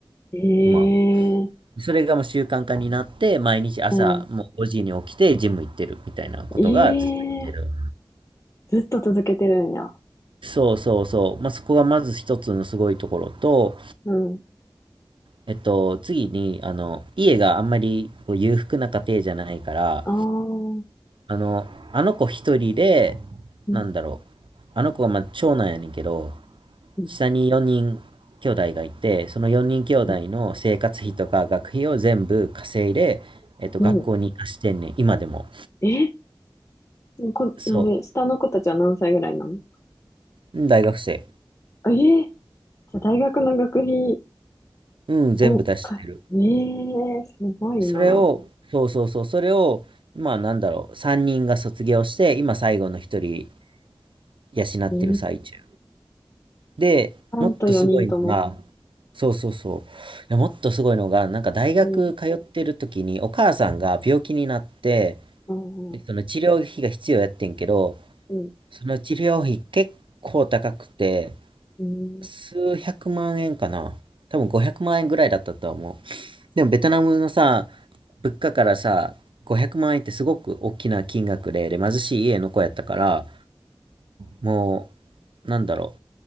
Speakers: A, on the left; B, on the right.
A: い。ええ、
B: 今。それがもう習慣化になって、毎日朝もう5時に起きてジム行ってるみたいなことが続いてる。
A: うん。ええ、ずっと続けてるんや。
B: そうそうそう。まあ、そこがまず一つのすごいところと、
A: うん。
B: えっと、次に、あの、家があんまりこう裕福な家庭じゃないから、
A: ああ、うん、
B: あの、あの子一人で、
A: う
B: なんだろう。あの子はまあ長男やねんけど、
A: ん、
B: 下に4人兄弟がいて、その4人兄弟の生活費とか学費を全部稼いで、
A: うん。
B: えっと、
A: うん
B: 学校に貸してんねん、今でも。
A: え、こ、
B: そう。
A: ね下の子たちは何歳ぐらいなの
B: うん大学生。
A: あええ、じゃあ大学の学費
B: うん、全部出してる。
A: をか、ええ、すごいな。
B: それを、そうそうそう、それを、まあなんだろう、3人が卒業して、今最後の1人養ってる最中。
A: ええ、
B: で、
A: さんと4人とも。
B: もっとすごいのが、そうそうそう、いや、もっとすごいのが、なんか大学通ってる時にお母さんが病気になって、
A: うん、うん、
B: で、
A: う
B: その治療費が必要やってんけど、
A: ん、
B: その治療費結構高くて、
A: うん、うん。
B: 数百万円かな。多分500万円ぐらいだったとは思う。でもベトナムのさ、物価からさ、500万円ってすごく大きな金額で、で、貧しい家の子やったから、もう、なんだろ